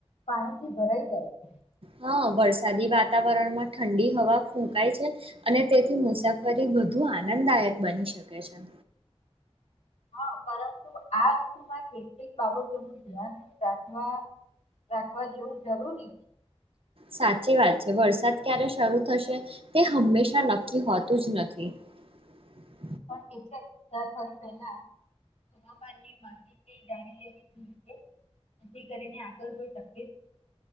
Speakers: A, on the left; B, on the right.
A: પાણીથી ભરાઈ જાય છે.
B: હા વરસાદી વાતાવરણમાં ઠંડી હવા ફૂંકાય છે. અને તેથી મુસાફરી વધુ આનંદદાયક બની શકે છે.
A: હા પરંતુ આ ઋતુમાં કેટલીક બાબતોનું <unintelligible> ધ્યાન રાખવા. રાખવા જેવું જરૂરી.
B: સાચી વાત છે, વરસાદ ક્યારે શરૂ થશે તે હંમેશા નક્કી હોતું જ નથી. <unintelligible>
A: પણ એટલે <unintelligible> પહેલા હવામાની માહિત <unintelligible> છે. નથી કરીને આગળ કોઈ તકલીફ.